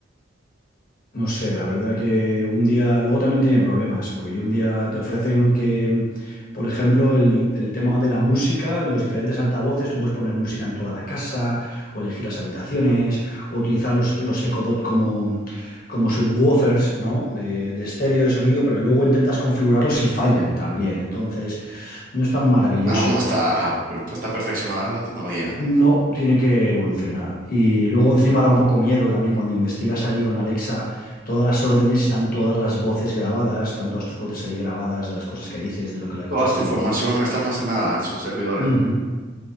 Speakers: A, on the left (about 45°); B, on the right (about 45°).
A: No sé, la verdad que un día, luego también tiene problemas, porque un día te ofrecen que, por ejemplo, el, el tema de la música, en los diferentes altavoces, tú puedes poner música en toda la casa, o elegir las habitaciones, o utilizar los, los Echo Dot como, como subwoofers, ¿no? De, de estéreo, de sonido, pero luego intentas configurarlos y fallan también, entonces no es tan maravilloso.
B: Aún no está, ajá, per- no está perfeccionada la tecnología.
A: No, tiene que evolucionar. Y luego encima da un poco miedo también cuando investigas ahí con Alexa todas las órdenes, están todas las voces grabadas, están todas tus voces ahí grabadas de las cosas que dices, de lo que las
B: Toda
A: cosas
B: tu
A: que
B: información
A: le pides
B: está almacenada en sus servidores.
A: Ujú.